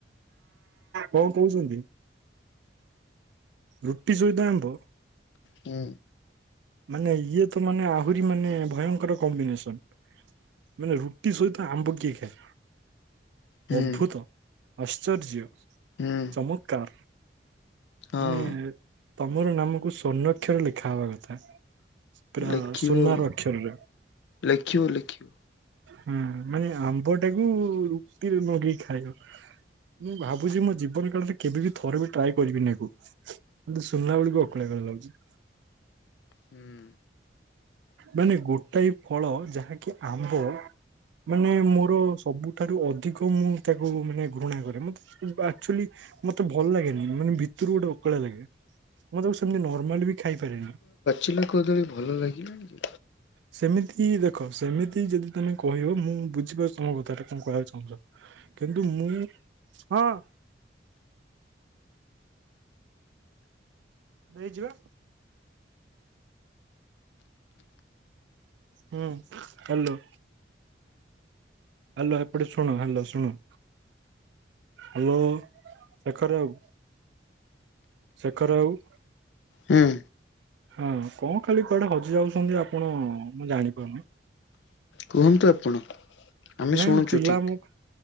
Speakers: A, on the right; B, on the left.
A: କଣ କଉଚନ୍ତି? ରୁଟି ସହିତ ଆମ୍ବ।
B: ହୁଁ।
A: ମାନେ ଇଏ ତ ମାନେ ଆହୁରି ମାନେ ଭୟଙ୍କର କମ୍ବିନେସନ। ମାନେ ରୁଟି ସହିତ ଆମ୍ବ କିଏ ଖାଏ?
B: ହୁଁ
A: ଅଦ୍ଭୁତ ଆଶ୍ଚର୍ଯ୍ୟ।
B: ହୁଁ।
A: ମୁତ୍ କାର୍
B: ହଁ
A: ମାନେ ତମର ନାମକୁ ସ୍ୱର୍ଣ୍ଣକ୍ଷର ଲେଖା ହବା କ ଥା ପୁରା
B: ଲେଖିବ
A: ସୁନାର
B: ଆଉ
A: ଅକ୍ଷରରେ।
B: ଲେଖିବ ଲେଖିବ
A: ହୁଁ ମାନେ ଆମ୍ବ ଟାକୁ ରୁଟିରେ ମାରିକି ଖାଇବ। ମୁଁ ଭାବୁଚି ମୋ ଜୀବନ କାଳରେ କେବେ ବିି ଥରେ ବି ଟ୍ରାଏ କରିବିନି ଆକୁ। ମତେ ସୁନାବେଳୁକୁ ଓକାଳି ଓକାଳିଆ ଲାଗୁଚି।
B: ହୁଁ।
A: ମାନେ ଗୋଟାଏ ଫଳ ଯାହାକି ଆମ୍ବ ମାନେ ମୋର ସବୁଠାରୁ ଅଧିକ ମୁଁ ତାକୁ ମାନେ ଘୃଣା କରେ ମତେ ଆକ୍ଚୁଆଲି ମତେ ଭଲ ଲାଗେନି ମାନେ ଭିତୁରୁ ଗୋଟେ ଓକାଳିଆ ଲାଗେ। ମୁଁ ତାକୁ ସେମିତି ନର୍ମାଲ ବି ଖାଇପାରେନି।
B: ଚିଲ କଦଳୀ ଭଲ ଲାଗିଲାଣି କି?
A: ସେମିତି ଦେଖ ସେମିତି ଯଦି ତମେ କହିବ ମୁଁ ବୁଝିପାରୁଚି ତମ କଥାଟା ତମେ କହିବାକୁ ଚାହୁଁଚ। କିନ୍ତୁ ମୁଁ ହଁ ଆଁ। ଦେଇଚି ପା। ହୁଁ ହାଲୋ। ହାଲୋ ଏପଟେ ଶୁଣ ହାଲୋ ଶୁଣ। ହାଲୋ ଶେଖର ବାବୁ। ଶେଖର ବାବୁ।
B: ହୁଁ
A: ହଁ କଣ ଖାଲି କୁଆଡେ ହଜି ଯାଉଛନ୍ତି ଆପଣ ମୁଁ ଜାଣିପାରୁନି।
B: କୁହନ୍ତୁ ଆପଣ? ଆମେ
A: ନାଇଁ
B: ଶୁଣୁଛୁ
A: ପିଲା
B: ଠିକ୍।
A: ଆମୁକୁ